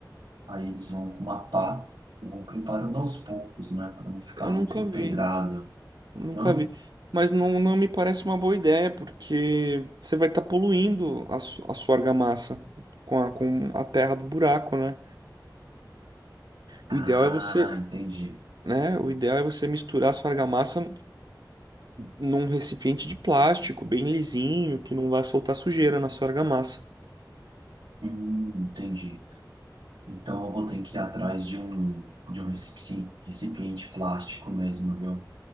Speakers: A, on the right; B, on the right.
A: Aí eles vão com uma pá, vão preparando aos poucos, né? Para não ficar
B: Eu
A: muito
B: nunca
A: empedrado,
B: vi, nunca
A: não?
B: vi. Mas não, não me parece uma boa ideia, porque você vai estar poluindo a, su- a sua argamassa com a, com a terra do buraco, né?
A: Ah,
B: O ideal é você
A: entendi.
B: né? O ideal é você misturar a sua argamassa num recipiente de plástico bem lisinho, que não vai soltar sujeira na sua argamassa.
A: Hum, entendi. Então eu vou ter que ir atrás de um, de um recipiente, recipiente plástico mesmo, viu?